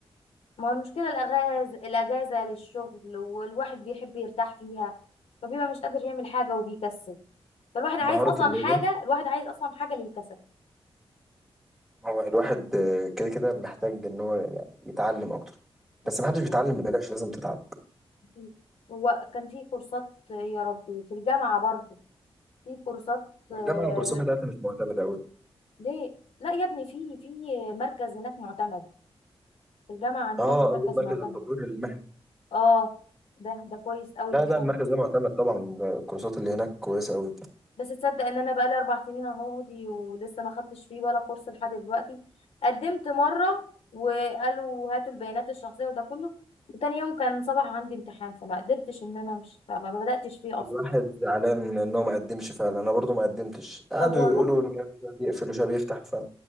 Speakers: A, on the left; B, in the centre.
A: ما هو المشكلة الاجازة الاجازة للشغل والواحد بيحب يرتاح فيها فبيبقى مش قادر يعمل حاجة وبيكسل فالواحد
B: مهارة
A: عايز اصلا
B: اللغة
A: حاجة الواحد عايز اصلا حاجة للكسل
B: هو الواحد آه، كده كده محتاج إن هو يعني يتعلم أكتر
A: أكيد
B: بس محدش بيتعلم
A: طبعا
B: ببلاش لازم تتعب
A: أكيد هو كان في كورسات يا ربي في الجامعة برضو في كورسات آه،
B: والجامعة الكورسات بتاعتها مش معتمدة أوي
A: ليه لا يا ابني في في مركز هناك معتمد في الجامعة عندنا
B: اه
A: في مركز
B: قصدك مركز
A: معتمد
B: التطوير المهني
A: اه ده ده كويس قوي
B: لا
A: بيقولوا
B: لا المركز ده معتمد طبعا الكورسات اللي هناك كويسة أوي
A: بس تصدق ان انا بقالي اربع سنين اهو دي ولسه ما خدتش فيه ولا كورس لحد دلوقتي قدمت مرة وقالوا هاتوا البيانات الشخصية وده كله وتاني يوم كان صباح عندي امتحان فما قدرتش ان انا امشي فما بدأتش فيه اصلا
B: الواحد زعلان ان هو ما قدمش فعلا انا برضو ما قدمتش قعدوا
A: طب وهل
B: يقولوا ان هو شويه بيقفل وشويه بيفتح فما